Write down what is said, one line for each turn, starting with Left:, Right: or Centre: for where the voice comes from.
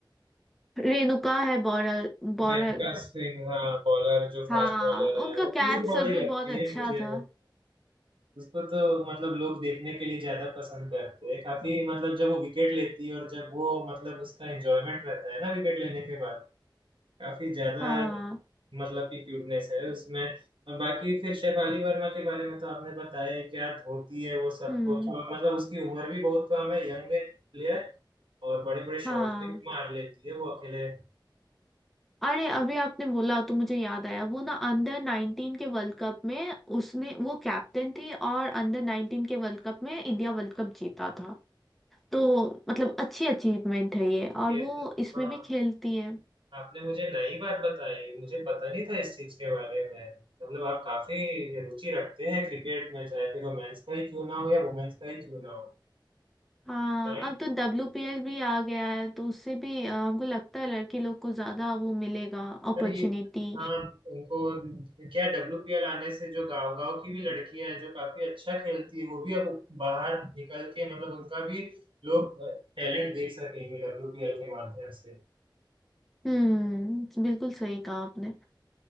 Centre: रेणुका है बॉलर बॉलर
Right: रेणुका सिंह हाँ बॉलर जो फास्ट
Centre: हाँ
Right: बॉलर है
Centre: उनका
Right: वो क्यूट
Centre: कैच
Right: बॉडी
Centre: सब भी
Right: लगती
Centre: बहुत अच्छा
Right: है मुझे
Centre: था
Right: उसको तो मतलब लोग देखने के लिए ज्यादा पसंद करते हैं काफी मतलब जब वो विकेट लेती है और जब वो मतलब उसका एंजॉयमेंट रहता है ना विकेट लेने के बाद काफी ज्यादा
Centre: हाँ
Right: मतलब की क्यूटनेस है उसमें और बाकी फिर शेफाली वर्मा के बारे में तो आपने बताया ही, क्या धोती है वो सब
Centre: हम्म
Right: कुछ और मतलब उसकी उम्र भी बहुत कम है यंग प्लेयर और बड़े बड़े
Centre: हाँ
Right: शॉट भी मार लेती है वो अकेले
Centre: अरे अभी आपने बोला तो मुझे याद आया वो ना अंडर 19 के वर्ल्ड कप में उसने वो कैप्टन थी और अंडर 19 के वर्ल्ड कप में इंडिया वर्ल्ड कप जीता था तो मतलब अच्छी अचीवमेंट है ये और
Right: ये
Centre: वो
Right: तो
Centre: इसमें
Right: हाँ
Centre: भी खेलती है
Right: आपने मुझे नई बात बताई मुझे पता नहीं था इस चीज के बारे में मतलब आप काफी रुचि रखते हैं क्रिकेट में चाहे फिर वो मेंस का ही क्यों ना हो या वुमेन्स का ही क्यों ना हो
Centre: हाँ
Right: राइट
Centre: अब तो डब्ल्यूपीएल भी आ गया है तो उससे भी अ, हमको लगता है लड़की लोग को ज्यादा वो मिलेगा अपॉर्चुनिटी
Right: पर ये हाँ उनको क्या डब्ल्यूपीएल आने से जो गांव गांव की भी लड़कियां हैं जो काफी अच्छा खेलती है वो भी अब बाहर निकल के मतलब उनका भी लोग टैलेंट देख सकेंगे डब्ल्यूपीएल के माध्यम से
Centre: हम्म बिल्कुल सही कहा आपने